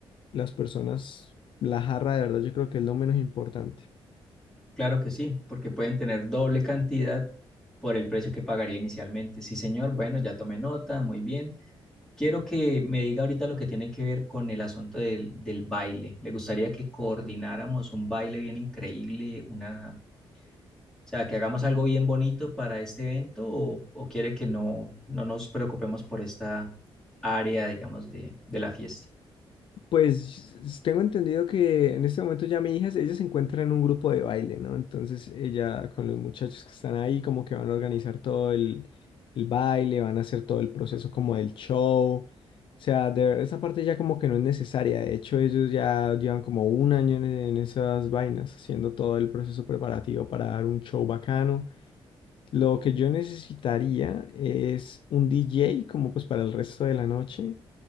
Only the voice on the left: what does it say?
Las personas, la jarra de verdad yo creo que es lo menos importante.
Pues tengo entendido que en este momento ya mi hija, ella se encuentra en un grupo de baile, ¿no? Entonces ella con los muchachos que están ahí como que van a organizar todo el, el baile, van a hacer todo el proceso como del show. O sea, de verdad, esa parte ya como que no es necesaria. De hecho, ellos ya llevan como un año en, en esas vainas, haciendo todo el proceso preparativo para dar un show bacano. Lo que yo necesitaría es un DJ como pues para el resto de la noche